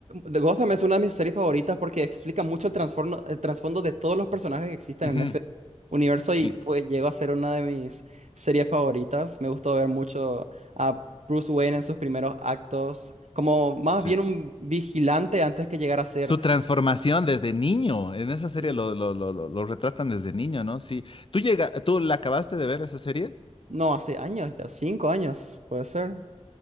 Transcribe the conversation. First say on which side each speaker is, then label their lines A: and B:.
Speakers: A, on the right; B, on the left.
A: The Gotham es una de mis series favoritas porque explica mucho el trasfondo, el trasfondo de todos los personajes que existen
B: Ujú,
A: en ese universo y
B: Sí,
A: fue, llegó a ser una de mis series favoritas. Me gustó ver mucho a Bruce Wayne en sus primeros actos, como más
B: sí.
A: bien un vigilante antes que llegara a ser.
B: Su transformación desde niño. En esa serie
A: Mm.
B: lo, lo, lo, lo- lo retratan desde niño, ¿no? Sí. ¿Tú llega, tú la acabaste de ver esa serie?
A: No, hace años ya, cinco años, puede ser.